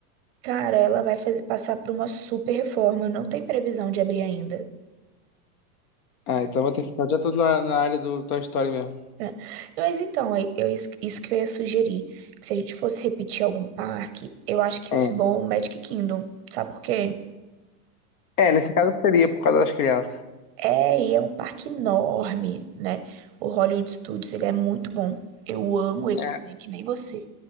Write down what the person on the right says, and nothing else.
Cara, ela vai fazer, passar por uma super reforma, não tem previsão de abrir ainda.
É. Mas então, é- eu, isso isso que eu ia sugerir, que se a gente fosse repetir algum parque, eu acho que
ia ser bom o Magic Kingdom, sabe por quê?
É, e é um parque enorme, né? O Hollywood Studios, ele é muito bom, eu amo ele
também, que nem você,